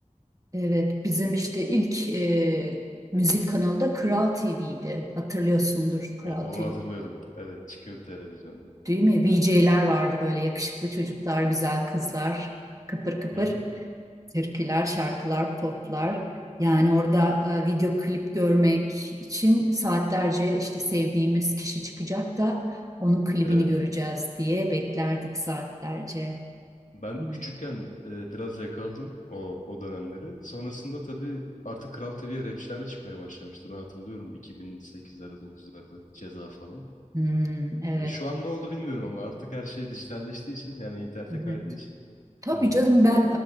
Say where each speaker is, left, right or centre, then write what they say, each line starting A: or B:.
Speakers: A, on the right (about 25°); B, on the left (about 80°).
A: Evet, bizim işte ilk e, müzik kanalı da Kral TV'ydi. Hatırlıyorsundur Kral
B: O- onu
A: TV,
B: hatırlıyorum. Evet çıkıyordu televizyonda.
A: değil mi? VJ'ler vardı böyle yakışıklı çocuklar, güzel kızlar, kıpır kıpır
B: Hı hı.
A: türküler, şarkılar, poplar. Yani orada e, video klip görmek için saatlerce işte sevdiğimiz kişi çıkacak da onun klibini
B: Evet.
A: göreceğiz diye beklerdik saatlerce.
B: Ben
A: Yani,
B: küçükken e, biraz yakaladım o o dönemleri. Sonrasında tabii artık Kral TV'ye rapçiler de çıkmaya başlamıştı. Ben hatırlıyorum 2008'lerde 9'larda Ceza falan.
A: hmm, evet,
B: E, şu an ne oldu bilmiyorum ama artık her şey dijitalleştiği için yani internete
A: evet.
B: kaydığı için
A: Tabii
B: bilmiyorum.
A: canım ben